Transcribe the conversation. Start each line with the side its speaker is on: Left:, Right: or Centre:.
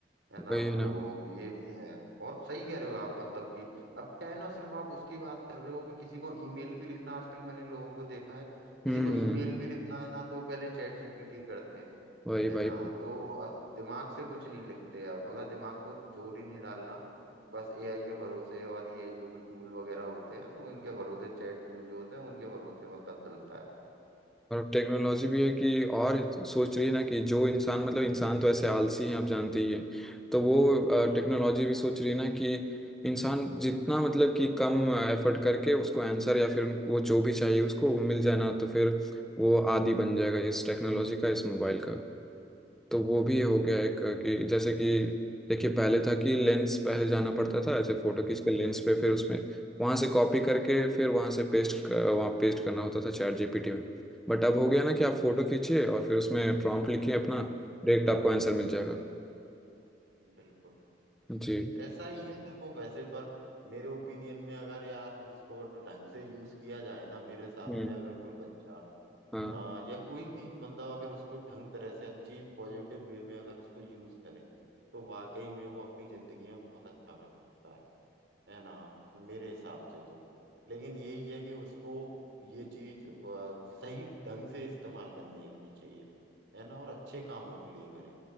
Right: है ना
Centre: वही ना
Right: तो ये भी है और सही कह रहे हो आप मतलब कि अब क्या है ना सिर्फ आप उसकी बात कर रहे हो कि किसी को ईमेल भी लिखना आजकल मैंने लोगों को देखा है किसी
Centre: हम्म
Right: को
Centre: हम्म,
Right: ईमेल भी लिखना है ना तो वो पहले चैट जीपीटी करते हैं
Centre: वही
Right: है ना
Centre: भाई
Right: तो अब दिमाग से कुछ नहीं लिखते अब मतलब दिमाग को जोर ही नहीं डालना बस एआई के भरोसे और ये जो भी टूल वगैरह होते हैं तो उनके भरोसे चैट टूल जो होते हैं उनके भरोसे मतलब चलता है
Centre: और टेक्नोलॉजी भी है कि और सोच रही है ना कि जो इंसान मतलब इंसान तो ऐसे आलसी हैं आप जानते ही हैं तो वो
Right: हाँ
Centre: टेक्नोलॉजी भी सोच रही है ना कि इंसान जितना मतलब कि कम एफर्ट करके उसको आंसर या फिर वो जो भी चाहिए उसको वो मिल जाए ना तो फिर वो आदी बन जाएगा इस टेक्नोलॉजी का इस मोबाइल का तो वो भी हो गया
Right: बिल्कुल
Centre: एक कि जैसे कि देखिए पहले था कि लेंस पहले जाना पड़ता था ऐसे फोटो खींच के लेंस पे फिर उसमें वहां से कॉपी करके फिर वहां से पेस्ट वहां पेस्ट करना होता था चैट जीपीटी में बट अब हो गया ना कि आप फोटो खींचिए और फिर उसमें प्रॉम्प्ट लिखिए अपना डायरेक्ट आपको आंसर मिल जाएगा
Right: बिल्कुल
Centre: जी
Right: ऐसा ही है देखो वैसे पर मेरे ओपिनियन में अगर यार इसको ढंग से यूज किया जाए ना मेरे हिसाब
Centre: हम्म
Right: से अगर कोई बच्चा
Centre: हाँ
Right: आ, या कोई भी मतलब अगर उसको ढंग तरह से अच्छी पॉजिटिव वे में अगर उसको यूज करे तो वाकई में वो अपनी जिंदगी में बहुत अच्छा कर सकता है है ना मेरे हिसाब से तो लेकिन यही है कि उसको ये चीज ब- सही ढंग से इस्तेमाल करनी आनी चाहिए है ना और अच्छे कामों के लिए करे